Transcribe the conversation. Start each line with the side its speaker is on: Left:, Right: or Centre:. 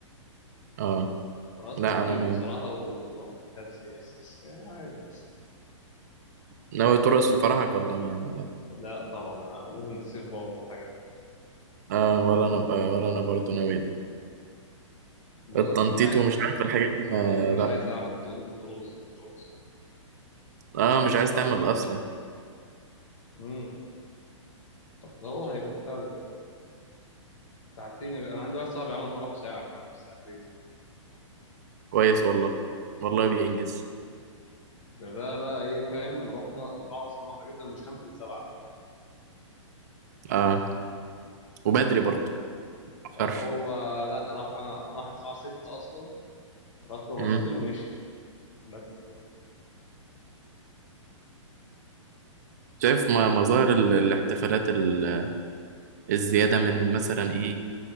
Right: اه
Left: رقصنا
Right: لا
Left: كتير
Right: أنا ما
Left: بصراحة والواحد اتهبس يعني كان عادي
Right: ناوي ترقص في فرحك ولا ما لا
Left: لا طبعا أنا لازم تسيف باور في الحاجات دي
Right: اه ولا أنا آه ولا أنا برضو ناوي
Left: بقول
Right: التنطيط
Left: لك مش عايز
Right: ومش عارف الحاجات دي ما
Left: بقول لك مش
Right: لا
Left: عايز أعمل تقول لي طروس مش طروس
Right: اه مش عايز تعمل أصلا
Left: امم طب هو هيبقى بتاع ده. ساعتين يبقى أنا عندي واحد صاحبي عمل فرحه ساعة كمان مش ساعتين
Right: كويس والله والله بينجز
Left: ده ده بقى ايه فاهم رحنا القاعة اصلا هو حاجزها من خمسة لسبعة
Right: اه وبدري
Left: هو
Right: برضه متأخرش.
Left: هو لا راح انا راح القاعة ستة اصلا راح له راستين
Right: امم
Left: ومشي بس
Right: شايف ما- مظاهر ال- الاحتفالات ال- الزيادة من مثلا ايه